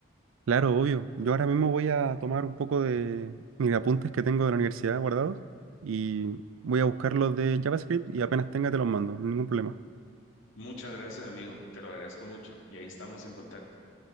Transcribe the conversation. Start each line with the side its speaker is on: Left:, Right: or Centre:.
Right: Claro, obvio. Yo ahora mismo voy a tomar un poco de mis apuntes que tengo de la universidad guardados y voy a buscar los de JavaScript y apenas tenga te los mando, ningún problema.
Left: Muchas gracias, amigo. Te lo agradezco mucho y ahí estamos en contacto.